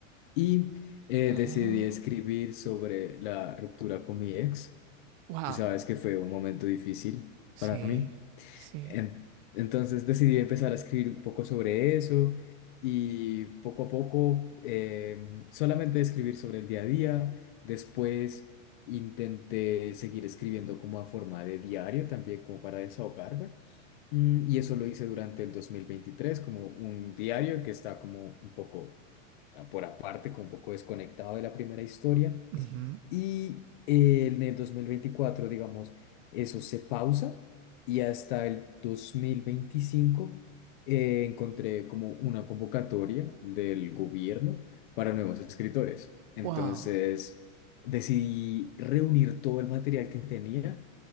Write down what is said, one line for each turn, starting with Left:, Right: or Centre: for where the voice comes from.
Left: Y eh,
Right: Ah,
Left: decidí escribir sobre la ruptura con mi ex.
Right: wow.
Left: Tú sabes que fue un momento difícil
Right: Sí,
Left: para mí.
Right: sí.
Left: En- entonces decidí empezar a escribir un poco sobre eso y poco a poco eh, solamente escribir sobre el día a día. Después intenté seguir escribiendo como a forma de diario también como para desahogarme. Mm, y eso lo hice durante el 2023 como un diario que está como un poco ah, por aparte, como un poco desconectado de la primera historia.
Right: ujú.
Left: Y eh, en el 2024 digamos, eso se pausa y hasta el 2025 eh, encontré como una convocatoria del gobierno para nuevos escritores. Entonces,
Right: Wow,
Left: decidí reunir todo el material que tenía